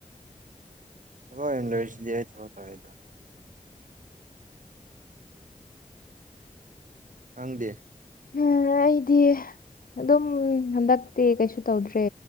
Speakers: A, on the right; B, on the left.
A: <unintelligible> ꯊꯕꯛ ꯇꯧꯋꯦꯗ ꯅꯪꯗꯤ
B: ꯑ ꯑꯩꯗꯤ ꯑꯗꯨꯝ ꯍꯟꯗꯛꯇꯤ ꯀꯩꯁꯨ ꯇꯧꯗ꯭ꯔꯦ